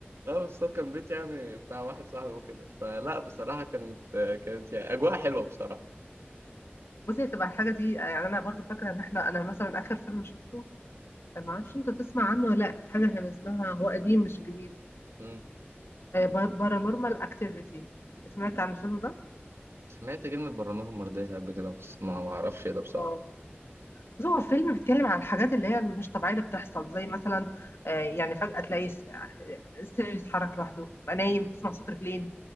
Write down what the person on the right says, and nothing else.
اه بس هو كان بيت يعني بتاع واحد صاحبي وكده فلا بصراحة كانت كانت يعني أجواء حلوة بصراحة
مم.
سمعت كلمة برانور مرضية قبل كده بس ما ما أعرفش إيه ده بصراحة